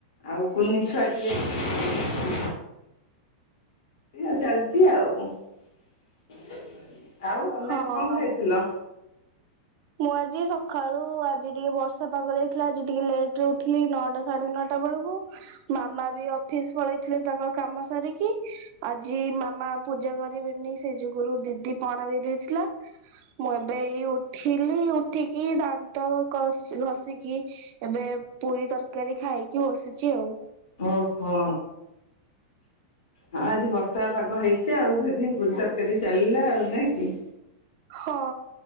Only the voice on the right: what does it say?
<inaudible>
ହଁ।
ମୁଁ ଆଜି ସକାଳୁ ଆଜି ଟିକେ ବର୍ଷା ପାଗଦେଇଥିଲା ଆଜି ଟିକେ ଲେଟରେ ଉଠିଲି ନଅଟା ସାଢେ ନଅଟା ଚାରିଟା ବେଳକୁ ମାମା ବି ଅଫିସ ପଳେଇଥିଲେ ତାଙ୍କ କାମ ସାରିକି ଆଜି ମାମା ପୂଜା କରିବିନି ସେ ଯୁଗରୁ ଦିଦି ପାଣା ଦେଇ ଦେଇଥିଲା ମୁଁ ଏବେ ଏଇ ଥିଲି ଉଠିକି ଦାନ୍ତ କଷି ଘଷିକି ଏବେ ପୁରୀ ତରକାରୀ ଖାଇକି କି ବସିଛି ଆଉ।
<inaudible>
ହଁ